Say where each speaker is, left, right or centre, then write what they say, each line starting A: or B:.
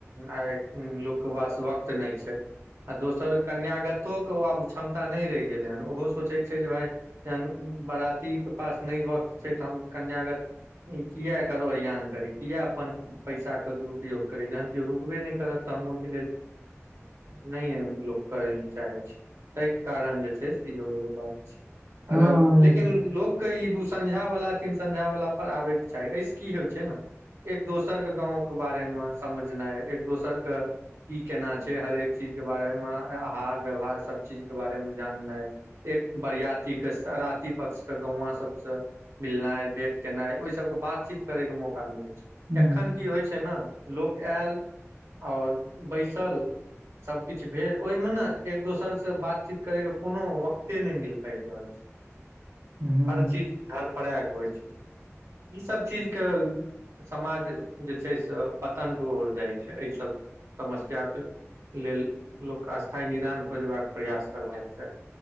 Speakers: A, on the right; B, on the right.
A: आ के बास वक्त न छै आ दोसर कन्यागतो के ओ आब क्षमता नहि रहै छै गेलै हन ओहो सोचै छै जे भाय जन बरातीके पास नहि वक्त छै तऽ हम कन्यागत ई किया एकर ओरियान करी किया अपन पैसा के दुरूपयोग करी जखन रुकबे नहि करत तऽ हम ओहिके लेल नहि लोक करै ल चाहै छै ताहि कारण जे छै से इहो एगो बात छै
B: हँ
A: अगर लेकिन लोकके ई दू संझा बाला तीन संझा बाला ओकर आबैके चाही एहिस की होइ छै ने एक दोसर के गाँंव के बारेमे समझनाइ एक दोसर के ई केना छै हरेक चीज के बारे मे आहार व्यवहार सब चीज के बारे मे जाननाय एक बरियाती के सराती पक्ष के गौवा सब से मिलनाय भेंट केनाइ ओहि सभके बातचीत करयके मौका मिलै छै
B: ह
A: एखन की होइ छै ने लोक आयल आओर बैसल सब किछु भेल ओहिमे ने एक दोसर से बातचीत करे के कोनो वक्ते नहि मिल पाबि रहल छै <unintelligible>
B: हू
A: हर चीज धरफाड़य के होइ छै ई सब चीज समाज जे छै से पतन क ओर जाइ छै एहि सब समस्याके लेल लोकके स्थायी निदान खोजबाक प्रयास करबाक चाही